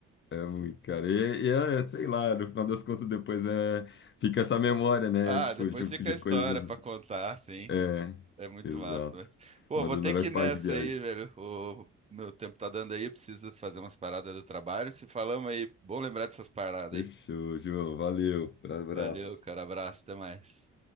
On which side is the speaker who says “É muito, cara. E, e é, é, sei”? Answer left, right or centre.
Left